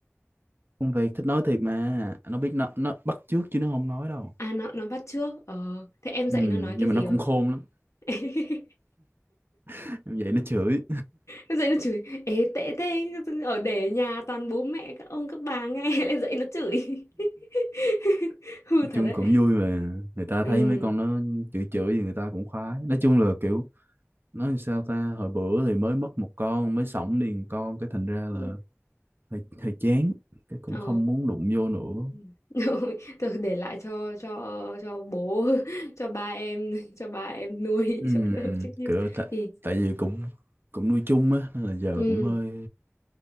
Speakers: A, on the right (about 45°); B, on the left (about 75°).
A: con vẹt thích nói thiệt mà nó biết nó nó bắt chước chứ nó không nói đâu
B: À nó nó bắt trước. Ờ, thế em dạy
A: ừ,
B: nó nói
A: nhưng
B: cái gì
A: mà nó
B: rồi?
A: cũng khôn lắm
B: <laughs>
A: <laughs> vậy nó chửi
B: Em dạy nó chửi, ê tệ thế, ở để nhà toàn bố mẹ các ông các bà nghe <laughs> lại dạy nó chửi. <laughs>
A: <laughs>
B: Hư
A: nói
B: thật
A: chung
B: đấy.
A: cũng vui mà người ta
B: Ừ.
A: thấy mấy con nó chửi chửi thì người ta cũng khoái nói chung là kiểu nói làm sao ta hồi bữa thì mới mất một con mới sổng đi một con cái thành ra
B: Ừ.
A: là hơi hơi chán cái cũng
B: Ồ.
A: không muốn đụng vô nữa
B: Ừ. <laughs> Thôi để lại cho cho cho bố <laughs> cho ba em <laughs> cho ba em nuôi
A: Ừ,
B: <laughs> cho đỡ trách nhiệm
A: kiểu tại
B: thì
A: tại vì cũng cũng nuôi chung á nên là giờ
B: ừ,
A: cũng hơi